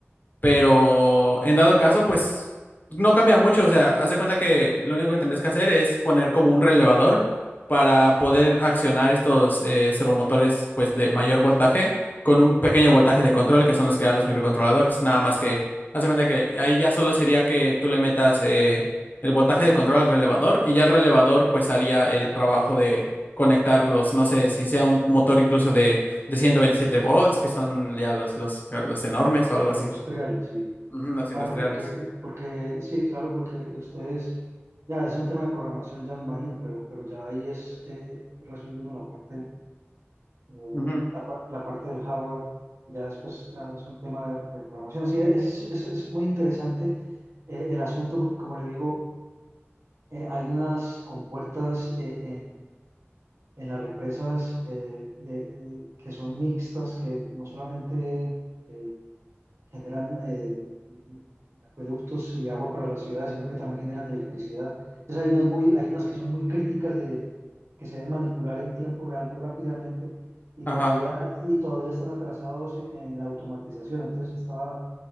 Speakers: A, on the left; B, on the right.
A: Pero en dado caso, pues no cambia mucho. O sea, haz de cuenta que lo único que tenés que hacer es poner como un relevador para poder accionar estos eh, servomotores pues de mayor voltaje con un pequeño voltaje de control que son los que dan los microcontroladores. Nada más que haz de cuenta que ahí ya solo sería que tú le metas eh, el voltaje de control al relevador y ya el relevador pues haría el trabajo de conectar los, no sé, si sea un motor incluso de, de 127 volts, que son ya los, los, los enormes o algo así.
B: Industrial, sí.
A: Ujú, Los
B: Claro,
A: industriales.
B: porque, porque, sí, claro, porque ustedes, ya es un tema de programación, ya me imagino, pero, pero ya ahí es eh, resolviendo la parte Eh,
A: Ujú,
B: la, par- la parte del hardware ya después ah, es un tema de, de programación. Sí, es, es- es muy interesante eh, el asunto porque, como le digo, eh, hay unas compuertas eh, en, en las represas eh, de- eh, que son mixtas, que no solamente eh, generan eh, acueductos y agua para la ciudad, sino que también generan electricidad. Entonces hay unas
A: ujú.
B: muy, hay unas que son muy críticas de que se deben manipular en tiempo real muy rápidamente y
A: Ajá,
B: todavía, y todavía están atrasados en, en la automatización. Entonces estaba,